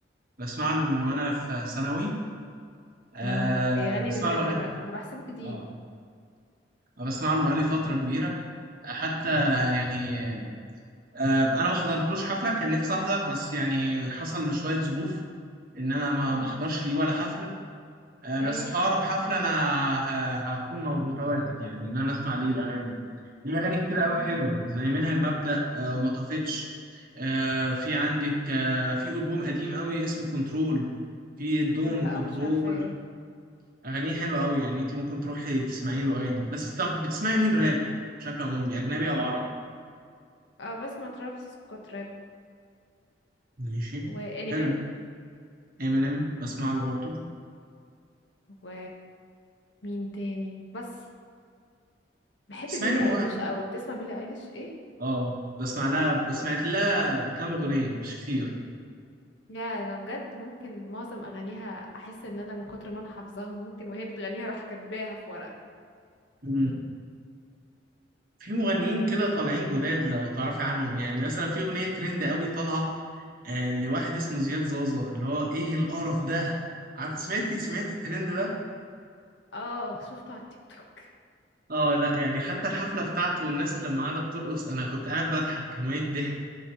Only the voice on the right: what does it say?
بسمع له من وانا في ثانوي آه
بسمع
له اغاني
اه بسمع له بقالي فتره كبيره حتى يعني آه انا ما حضرتلوش حفله كان نفسي احضر بس يعني حصل شويه ظروف ان انا ما
ما احضرش ليه ولا حفله آه
بس في اقرب حفله انا ه- هكون مو- متواجد يعني ان انا اسمع ليه الاغاني ليه اغاني كتير قوي
حلوه زي منها المبدأ آه وما طفتش آه في عندك آه في البوم قديم قوي اسمه كنترول في دون
وكنترول
اغانيه حلوه قوي يعني انت ممكن تروحي تسمعي له اغاني بس طب بتسمعي مين راب بشكل عمومي اجنبي او عربي
ماشي
حلو امينيم بسمع له برضه
تسمعي
لي مواقع
اه بسمع لها سمعت لها كام اغنيه مش كتير
مم. في مغنيين كده طالعين جداد لو تعرفي عنهم يعني مثلا في اغنيه ترند قوي طالعه آه، لواحد اسمه زياد زازا اللي هو ايه القرف ده عار- سمعتي سمعتي الترند ده
اه لا يعني حتى الحفله بتاعته والناس لما قعدت ترقص انا كنت قاعد بضحك كمية ضحك